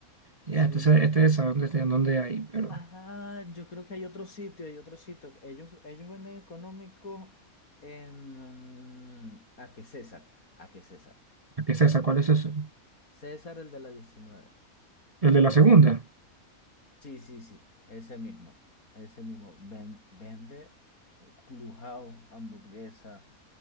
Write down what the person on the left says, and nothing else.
Sí,
sí.
Ah, yo creo que hay otro sitio, hay otro sitio. Ellos, ellos venden económico en... mm, ¿A qué César? ¿A qué César?
César, el de la 19.
Sí, sí, sí, ese mismo, ese mismo. Ven- vende o sea, Clubhouse, hamburguesa,